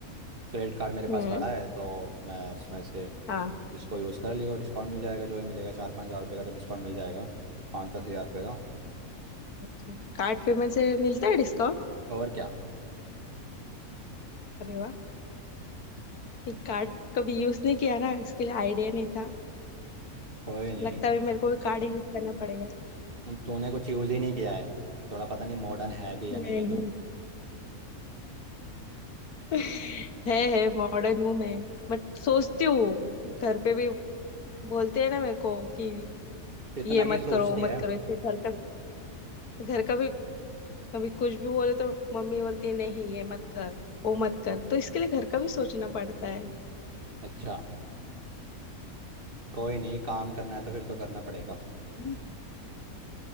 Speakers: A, on the right; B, on the left.
A: क्रेडिट कार्ड मेरे पास
B: हम्म
A: पड़ा है तो मैं उसमें से
B: हाँ
A: इसको यूज़ कर लियो डिस्काउंट मिल जाएगा जो ही मिलेगा चार पाँच हज़ार रुपये का तो डिस्काउंट मिल जाएगा पाँच दस हज़ार रुपये का
B: अच्छा कार्ड पेमेंट से मिलता है डिस्काउंट
A: और क्या
B: अरे वाह नहीं कार्ड कभी यूज नहीं किया ना इसके लिए आइडिया नहीं था
A: कोई नहीं
B: लगता है मेरे को भी कार्ड ही यूज करना पड़ेगा
A: अब तूने कुछ यूज़ ही नहीं किया है थोड़ा पता नहीं मॉडर्न है भी या
B: नहीं
A: नहीं है तू
B: <laughs> है है मॉडर्न हूँ मैं बट सोचती हूँ घर पे भी बोलते हैं ना मेरे को कि
A: इतना
B: ये
A: की
B: मत
A: सोचती
B: करो वो
A: है
B: मत करो इससे घर का घर का भी कभी कुछ भी बोले तो मम्मी बोलती है नहीं ये मत कर वो मत कर तो इसके लिए घर का भी सोचना पड़ता है
A: अच्छा कोई नहीं काम करना है तो फिर तो करना पड़ेगा
B: हम्म